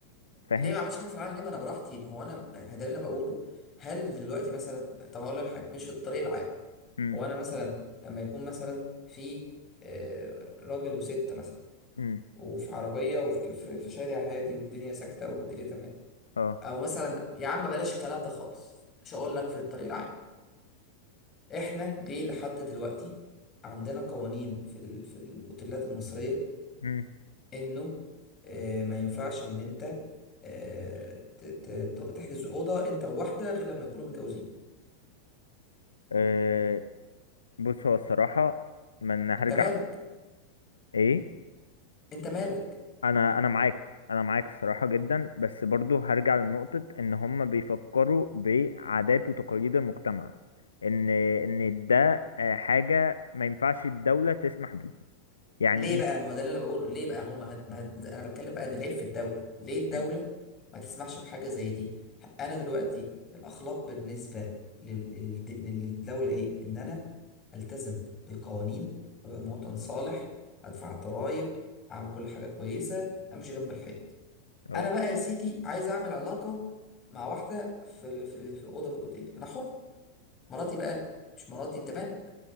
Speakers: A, on the left; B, on the left.
A: فاهم
B: ليه ما عملتش حاجه في العالم ليه ما انا براحتي ما هو انا ما ده اللي بقوله هل دلوقتي مثلا طب اقول لك حاجه مش في الطريق العام
A: امم
B: هو انا مثلا لما يكون مثلا في آه، راجل وست مثلا
A: امم
B: وفي عربيه وفي في في شارع هادي والدنيا ساكته والدنيا تمام
A: اه
B: او مثلا يا عم بلاش الكلام ده خالص مش هقول لك في الطريق العام احنا ليه لحد دلوقتي عندنا قوانين في ال... في الاوتيلات المصريه
A: امم
B: انه آه، ما ينفعش ان انت آه، ت- ت- ت- تحجز اوضه انت وواحده غير لما يكونوا متجوزين
A: آه، بص هو الصراحة من هرجع
B: انت مالك
A: ايه
B: انت مالك
A: انا انا معاك انا معاك الصراحه جدا بس برضو هرجع لنقطه ان هم بيفكروا بعادات وتقاليد المجتمع ان ان ده آه، حاجه ما ينفعش الدوله تسمح بيه يعني
B: ليه
A: ايه
B: بقى ما هو ده اللي انا بقوله ليه بقى هم هد... ما هد... انا بتكلم بقى ان العيب في الدوله ليه الدوله
A: مم.
B: ما تسمحش بحاجه زي دي انا دلوقتي الاخلاق بالنسبه لل... لل... للدوله ايه ان انا التزم بالقوانين ابقى مواطن صالح ادفع ضرائب اعمل كل حاجه كويسه امشي جنب الحيط
A: اه
B: انا بقى يا سيتي عايز اعمل علاقه مع واحده في في في اوضه في الاوتيل انا حر مراتي بقى مش مراتي انت مالك